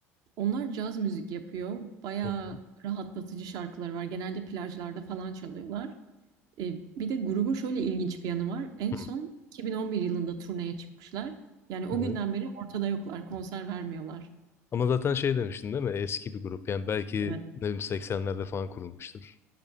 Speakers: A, on the right; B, on the left.
A: Onlar caz müzik yapıyor. Bayağı
B: Hı hı.
A: rahatlatıcı şarkılar var. Genelde plajlarda falan çalıyorlar. Ee, bir de grubun şöyle ilginç bir yanı var. En
B: Hı,
A: son 2011 yılında turneye çıkmışlar. Yani o
B: Evet.
A: günden beri ortada yoklar. Konser vermiyorlar.
B: Ama zaten şey demiştin değil mi? Eski bir grup. Yani belki
A: Evet.
B: ne bileyim 80'lerde falan kurulmuştur.